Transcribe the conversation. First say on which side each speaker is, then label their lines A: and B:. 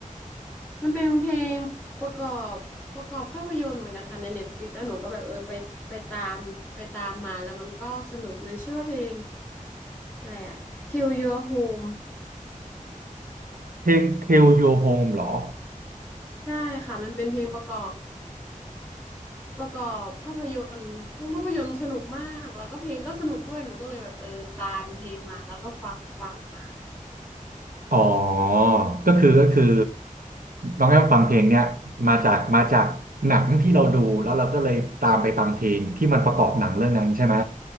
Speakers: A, in the centre; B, on the right.
A: มันเป็นเพลงประกอบประกอบภาพยนตร์เหมือนกันค่ะในเน็ตฟลิกแล้วหนูก็แบบเออไปไปตามไปตามมาแล้วมันก็สนุกมันชื่อว่าเพลงอะไรอะ Kill Your Home
B: เพลง Tell Your Home เหรอ
A: ใช่ค่ะมันเป็นเพลงประกอบประกอบภาพยนตร์เพลงภาพยนตร์สนุกมากแล้วก็เพลงก็สนุกด้วยหนูก็เลยแบบเออตามเพลงมาแล้วก็ฟังฟังมาเลย
B: อ๋อก็คือก็คือน้องแอมฟังเพลงเนี้ยมาจากมาจากหนังที่เราดูแล้วเราก็เลยตามไปฟังเพลงที่มันประกอบหนังเรื่องนั้นใช่ไหม